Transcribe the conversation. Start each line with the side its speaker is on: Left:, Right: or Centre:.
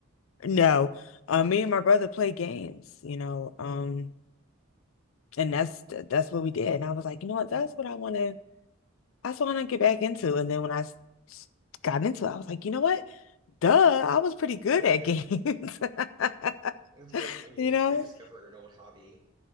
Left: no, uh, me and my brother played games, you know,
Right: Cool.
Left: um, and that's that's what we did. And I was like, you know what? That's what I want to, that's what I want to get back into. And then when I s- s- got into it, I was like, you know what? Duh, I was pretty good
Right: <laughs>
Left: at games, <laughs>
Right: It's great when you
Left: you know?
Right: rediscover an old hobby.